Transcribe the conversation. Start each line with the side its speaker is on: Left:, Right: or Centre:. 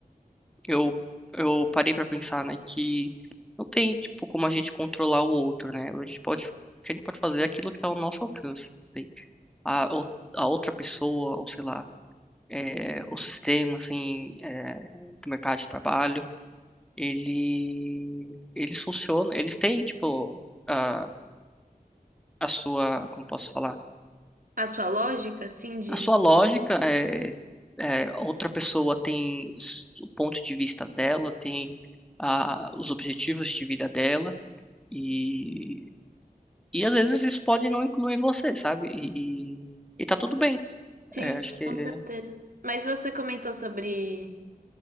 Centre: eu, eu parei pra pensar, né, que não tem, tipo, como a gente controlar o outro, né? A gente pode, o que a gente pode fazer é aquilo que tá ao nosso alcance, assim. A, ou- a outra pessoa, ou sei lá, é, o sistema, assim, é, do mercado de trabalho, ele, eles funcionam, eles têm, tipo, a, a sua, como posso falar?
Right: A sua lógica, assim, de...
Centre: A sua lógica é, é, outra pessoa tem s- o ponto de vista dela, tem a, os objetivos de vida dela, E, e às vezes isso pode não incluir você, sabe? E, e tá tudo bem.
Right: Sim,
Centre: É, acho que.
Right: com certeza. Mas você comentou sobre